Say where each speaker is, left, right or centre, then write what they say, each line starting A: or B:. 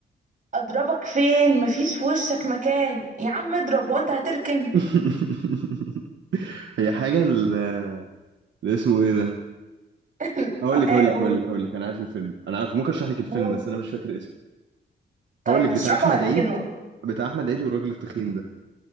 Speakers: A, on the right; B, on the right.
A: اضربك فين مفيش في وشك مكان يا عم اضرب وانت هتركن
B: <laughs> هي حاجة ال- اللي اسمه ايه ده؟
A: <laughs>
B: هقول
A: هقول
B: لك هقول لك هقول لك هقول لك انا عارف الفيلم انا عارف ممكن اشرح لك الفيلم
A: قول.
B: بس انا مش فاكر اسمه
A: طيب
B: هقول لك بتاع
A: اشرحه
B: احمد
A: هديك
B: عيد
A: النقطه
B: بتاع احمد عيد والراجل التخين ده